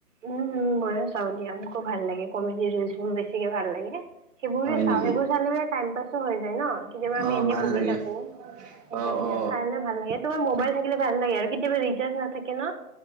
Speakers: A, on the right; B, on the right.
A: উম, উম মই চাও দিয়া মোকো ভাল লাগে কমেডি ৰিলচ বোৰ বেছিকে ভাল লাগে, সেইবোৰে
B: হয়
A: চাও,
B: নেকি
A: সেইবোৰ চালে টাইম পাছ হৈ যায় ন, কেতিয়াবা আমি
B: অ
A: এনে
B: ভাল
A: বহি
B: লাগে
A: থাকো, সেইকাৰণে
B: অ অ
A: চালে ভাল লাগে তোমাৰ মোবাইল থাকিলে ভাল কেতিয়াবা ৰিচাৰ্চ নাথাকে ন,